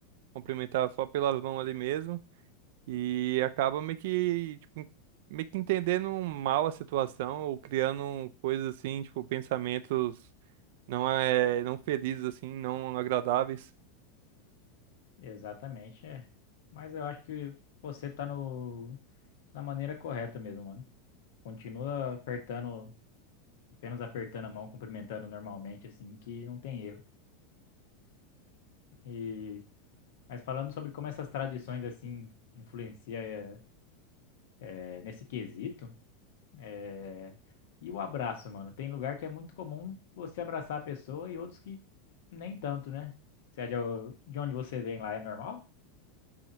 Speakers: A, on the right; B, on the left.
A: Cumprimentar só pelas mãos ali mesmo. E acaba meio que, tipo, meio que entendendo mal a situação ou criando coisas assim, tipo, pensamentos não é, não felizes, assim, não agradáveis.
B: <laughs> Exatamente, é. Mas eu acho que você tá no na maneira correta mesmo, mano. Continua apertando, apenas apertando a mão, cumprimentando normalmente assim, que não tem erro. E mas falando sobre como essas tradições assim influenciam é, é, nesse quesito É, E o abraço, mano? Tem lugar que é muito comum você abraçar a pessoa e outros que nem tanto, né? Se é de de onde você vem lá é normal?